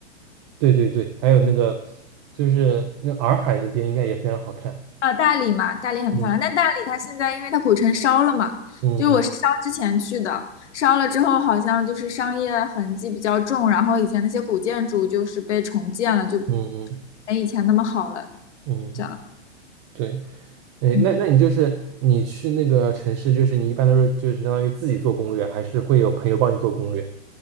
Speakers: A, on the right; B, on the left.
A: 对对对，还有那个就是那洱海那边应该也非常好看。
B: 呃，大理嘛，大理很漂亮。
A: 嗯。
B: 但大理它现在因为它古城烧了嘛，
A: 嗯嗯
B: 就是我是烧之前去的，烧了之后好像就是商业痕迹比较重，然后以前那些古建筑就是被重建了，就
A: 嗯嗯
B: 没以前那么好了，
A: 嗯，
B: 这样。
A: 对，哎，
B: 嗯。
A: 那那你就是你去那个城市，就是你一般都是就是相当于自己做攻略，还是会有朋友帮你做攻略？